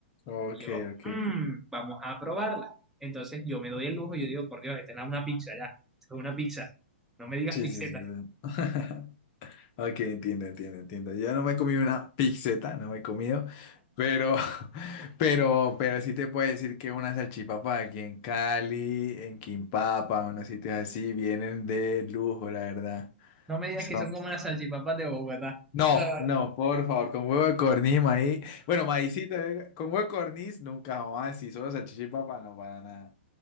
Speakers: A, on the left; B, in the centre.
A: Ok,
B: Yo,
A: ok.
B: "Mm, vamos a probarla. Entonces yo me doy el lujo y yo digo, por Dios, esta es una pizza ya, esto es una pizza. No me digas
A: Sí,
B: pizzetas,
A: sí, sí. <laughs> Ok, entiendo, entiendo, entiendo. Yo no me he comido una pizzeta, no me he comido, pero, <laughs> pero, pero sí te puedo decir que una salchipapa aquí en Cali, en Quimpapa, unos sitios así, vienen de lujo, la verdad.
B: no me digas
A: Son-
B: que son como las salchipapas de Bogotá.
A: No,
B: Ah,
A: no, por favor, con huevo de corniz, maíz. Bueno, maízito, eh, con huevo de corniz, nunca jamás, y solo salchichipapa, no, para nada,